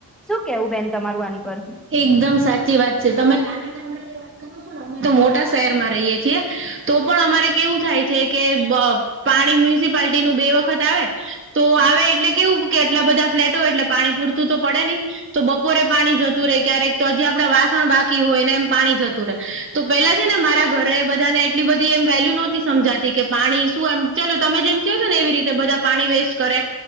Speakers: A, in the centre; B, on the right.
A: શું કેવું બેન તમારું આની પર?
B: એકદમ સાચી વાત છે, તમે નાના ગામડાંની વાત તો મોટા શહેરમાં રહીયએ છીએ તો પણ અમારે કેવું થાય છે, કે બ પાણી મ્યુનિસિપાલટીનું બે વખત આવે તો આવે એટલે કેવું કે આટલા બધા ફ્લેટો એટલે પાણી પૂરતું તો પડે નહી તો બપોરે પાણી જ તુ રેય ક્યારેક તો હજી આપડે વાસણ બાકી હોયને એમ પાણી જતું રહેે તો પેલા છે, ને મારા ઘરે બધાને એટલી બધી એમ વેલ્યુ નોતી સમજાતી કે પાણી શું એમ ચલો તમે જેમ કહ છો ને એવી રીતે બધા પાણી વેસ કરે